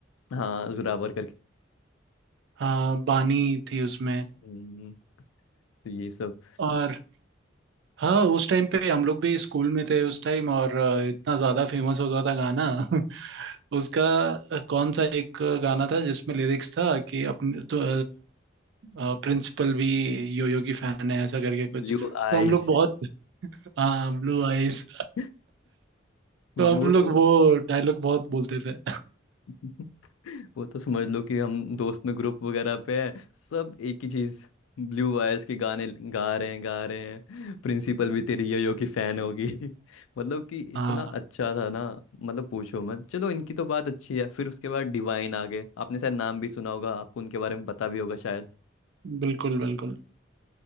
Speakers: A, on the left; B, on the right.
A: हाँ जोरावर
B: हाँ बानी थी उसमें
A: करके तो ये सब
B: और हाँ उस टाइम पे हम लोग भी स्कूल में थे उस टाइम और अ, इतना ज्यादा फेमस होता था गाना <laughs> उसका अ, कौन सा एक अ, गाना था जिसमें लिरिक्स था कि अपने तो प्रिंसिपल भी योयो की फैन है ऐसा करके कुछ
A: Blue eyes
B: तो हम लोग बहुत हाँ ब्लू आइज
A: <laughs> वो
B: तो हम लोग
A: तो
B: वो डायलॉग बहुत बोलते थे
A: <laughs> वो तो समझ लो कि हम दोस्त में ग्रुप वगैरह पे हैं सब एक ही चीज ब्लू आइज के गाने गा रहे हैं गा रहे हैं प्रिंसिपल भी तेरी यो की फैन होगी <laughs> मतलब कि
B: हाँ
A: इतना अच्छा था ना मतलब पूछो मत चलो इनकी तो बात अच्छी है फिर उसके बाद डिवाइन आ गए आपने शायद नाम भी सुना होगा आपको उनके बारे में पता भी होगा शायद
B: बिल्कुल बिल्कुल